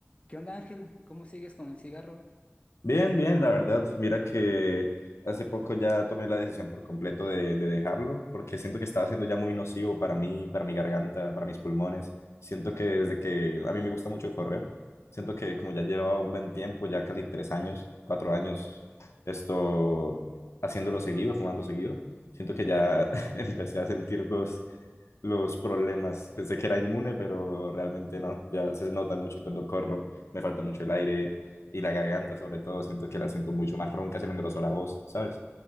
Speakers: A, on the left; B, on the left.
A: ¿Qué onda, Ángel? ¿Cómo sigues con el cigarro?
B: Bien, bien, la verdad. Mira que hace poco ya tomé la decisión por completo de, de dejarlo, porque siento que estaba siendo ya muy nocivo para mí, para mi garganta, para mis pulmones. Siento que desde que a mí me gusta mucho correr, siento que como ya llevaba un buen tiempo, ya casi tres años, cuatro años, esto haciéndolo seguido, fumando seguido, siento que ya <laughs> empecé a sentir los, los problemas. Pensé que era inmune, pero realmente no. Ya se nota mucho cuando corro, me falta mucho el aire y la garganta, sobre todo, siento que la siento mucho más ronca, se me engrosó la voz, ¿sabes?